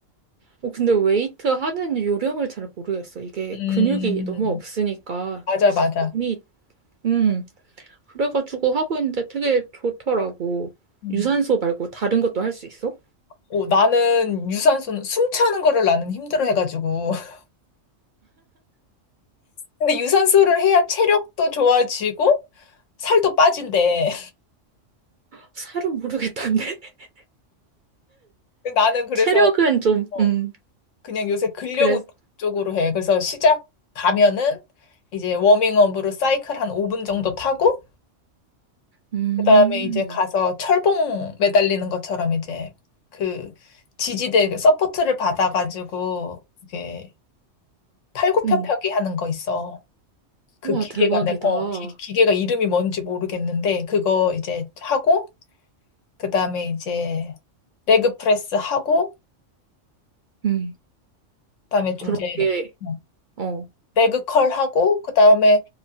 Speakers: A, on the right (about 50°); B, on the left (about 75°).
A: 어, 근데 웨이트 하는 요령을 잘 모르겠어. 이게
B: 음,
A: 근육이 너무 없으니까
B: 맞아, 맞아.
A: 몸이, 음, 그래가지고 하고 있는데 되게 좋더라고.
B: 음.
A: 유산소 말고 다른 것도 할 수 있어?
B: 어, 나는 유산소는 숨 차는 거를 나는 힘들어 해가지고. <laughs> 근데 유산소를 해야 체력도 좋아지고 살도 빠진대.
A: 살은 모르겠던데. <laughs>
B: <laughs> 나는 그래서
A: 체력은 좀,
B: 어,
A: 음,
B: 그냥 요새 근력
A: 그래서,
B: 운동 쪽으로 해. 그래서 시작 가면은 이제 워밍업으로 사이클 한 5분 정도 타고
A: 음,
B: 그다음에 이제 가서 철봉 매달리는 것처럼 이제 그 지지대 그 서포트를 받아가지고 이게 팔굽혀펴기
A: 음.
B: 하는 거 있어. 그
A: 우와,
B: 기계가
A: 대박이다.
B: 내, 어, 기, 기계가 이름이 뭔지 모르겠는데 그거 이제 하고 그다음에 이제 레그 프레스 하고
A: 음,
B: 그다음에 좀
A: 그렇게,
B: 이제 어,
A: 어,
B: 레그 컬 하고 그다음에